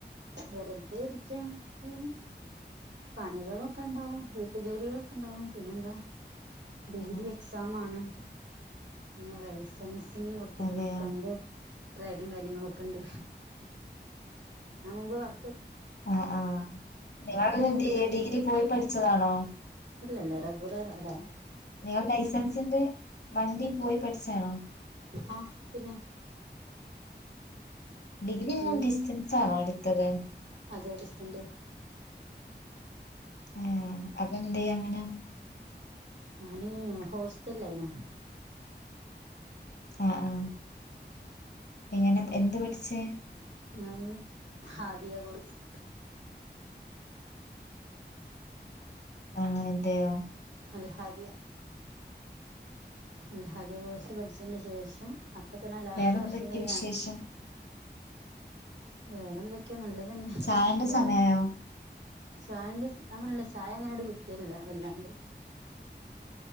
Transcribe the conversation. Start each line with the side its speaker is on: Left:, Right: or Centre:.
Right: വെറുതെ ഇരിക്കാൻ മസ പണികളൊക്കെ ഉണ്ടാവും വീട്ടു ജോലികളൊക്കെ ഉണ്ടാവും പിന്നെന്താ ഡിഗ്രി
Left: ആ, ആ.
Right: എക്സാം ആണ് പിന്നെ ലൈസൻസ് കൊടുത്തക്കണ്
Left: അതെയോ
Right: പന്റെ <unintelligible> കാര്യങ്ങളും ഒക്കെ ഇണ്ട് ഞാൻ മുമ്പ് വർ
Left: ആ ആഹ് നിങ്ങ ഡ ഡിഗ്രി പോയി പഠിച്ചതാണോ
Right: ഇല്ലല്ല റെഗ്യുലർ അ അതാ
Left: നിങ്ങ ലൈസൻസിന്റെ വണ്ടി പോയി പഠിച്ചതാണോ
Right: ആ പിന്നെ
Left: ഡിഗ്രി നിങ്ങൾ
Right: അങ്ങനെ
Left: ഡിസ്റ്റൻസ് ആണോ എടുത്തത്
Right: അതെ ഡിസ്റ്റൻ്റ്
Left: ആ അതെന്തെ അങ്ങനെ
Right: ഞാന് ഹോസ്റ്റല്ലായിനു
Left: ആഹ ആ ഇങ്ങനെ എന്ത് പടിച്ചേ
Right: ഞാന ആദിയ കോോഴസ്
Left: ആഹ അതെയോ
Right: അല്ലഹ അതിയ അല്ല അതെ കോശ പഠിച്ചേന്റെ ശേഷം അപ്പൊ തന്നെ ലാസ്റ്റ്
Left: വേറെന്തൊക്കെയ
Right: വർഷം തന്നെ
Left: വിശേഷം?
Right: ഞാൻ വേറെന്ത ഒക്കെ നല്ലതന്നെ
Left: ചായന്റെ
Right: സുഖാര്
Left: സമയായോ?
Right: ചായന്റെി താൻ പറല്ല ചായ അങ്ങനെട് കുടിക്കലല്ല വല്ലാണ്ട്